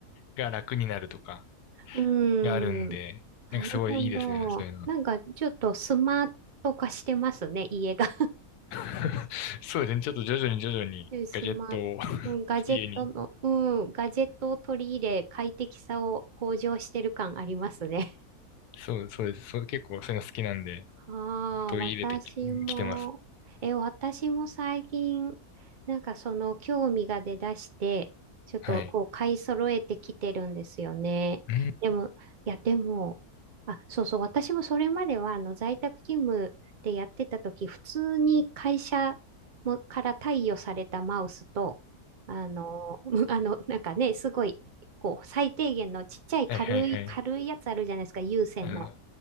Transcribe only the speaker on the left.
が楽になるとか、
があるんで、
なんかすごいいいですね、そういうの。
<laughs> そうですね、ちょっと徐々に徐々にガジェットを
<laughs>
家に。
そう、そうです。そう、結構そういうの好きなんで、
取り入れてき、
きてます。
はい。うん。
はいはいはい。
あの、わ